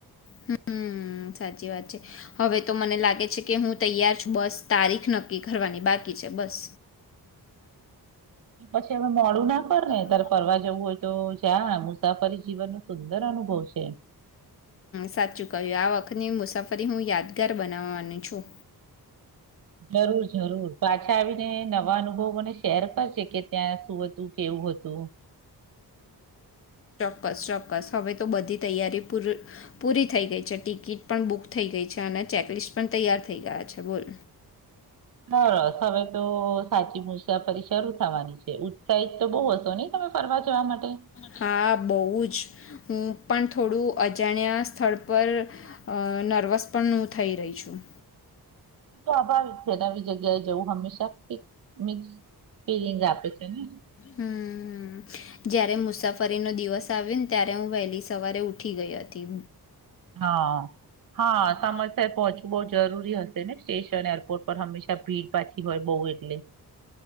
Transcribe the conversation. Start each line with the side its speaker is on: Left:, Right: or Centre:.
Left: હમ્મ સાચી વાત છે હવે તો મને લાગે છે કે હું તૈયાર છું બસ તારીખ નક્કી કરવાની બાકી છે બસ.
Right: પછી અમે મોડું ના કર ને
Left: હું
Right: તારે ફરવા જવું હોય તો જા મુસાફરી જીવનનો સુંદર અનુભવ છે.
Left: સાચું ક્યું આ વખત ની મુસાફરી મુસાફરી હું યાદગાર બનાવવાની છું.
Right: જરૂર જરૂર પાછા આવીને નવા અનુભવ મને શેર કરશે. ત્યાં શું હતું કેવું હતું.
Left: ચોક્સ ચોક્કસ હવે તો બધી તૈયારી પૂર પૂરી થઈ ગઈ છે ટિકિટ પણ બુક થઈ ગઈ છે અને ચેકલિસ્ટ પણ તૈયાર થઈ ગયા છે બોલ.
Right: હા હવે તો સાચી મુસાફરી શરૂ થવાની છે. સાઈજ તો બહુ હશો નહી તમે ફરવા જવા માટે.
Left: હા બહુ જ હું પણ થોડું અજાણ્યા સ્થળ પર અ નર્વસ પણ હું થઈ રહી છું.
Right: તતો આભાર નવી જગ્યાએ જવું હંમેશા મિક્સ ફિલિંગ આપે છે ને.
Left: હમ જયારે મુસાફરીનો દિવસ આવ્યો ને ત્યારે હું વહેલી સવારે ઉઠી ગઈ હતી.
Right: હા હા.
Left: હું
Right: સમયસર પહોંચવું બહુ જરૂરી હશે ને સ્ટેશન એરપોર્ટ પર હંમેશા ભીડ પાછી હોય બહુ એટલે